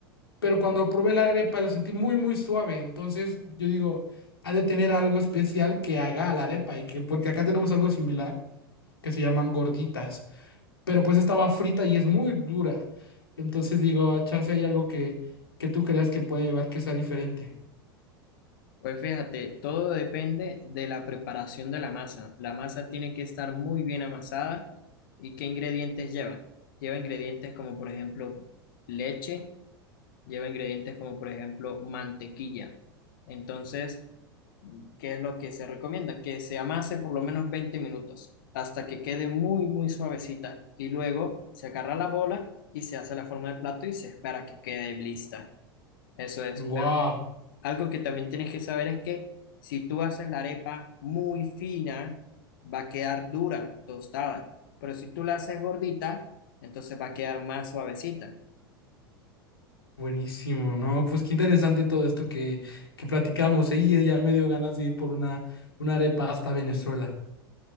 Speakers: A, on the left; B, on the left.
A: pero cuando probé la arepa la sentí muy, muy suave, entonces yo digo, ha de tener algo especial que haga a la arepa, y que, porque acá tenemos algo similar que se llaman gorditas pero pues estaba frita y es muy dura. Entonces digo, "Ah, chance hay algo que, que tú creas que puede llevar que sea diferente.
B: Pues fíjate, todo depende de la preparación de la masa. La masa tiene que estar muy bien amasada y qué ingredientes lleva. Lleva ingredientes como por ejemplo leche, lleva ingredientes como por ejemplo mantequilla. Entonces, ¿qué es lo que se recomienda? Que se amase por lo menos 20 minutos hasta que quede muy, muy suavecita y luego se agarra la bola y se hace la forma del plato y se espera que quede lista. Eso es.
A: ¡Wow!
B: Algo que también tienes que saber es que si tú haces la arepa muy fina, va a quedar dura, tostada, pero si tú la haces gordita, entonces va a quedar más suavecita.
A: Buenísimo, ¿no? Pues qué interesante todo esto que, que platicamos. ¿eh? Y ya me dio ganas de ir por una, una arepa hasta Venezuela.